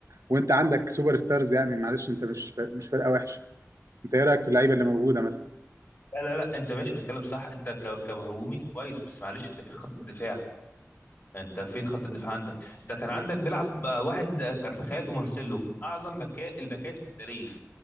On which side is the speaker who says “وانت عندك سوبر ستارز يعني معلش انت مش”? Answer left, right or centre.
Right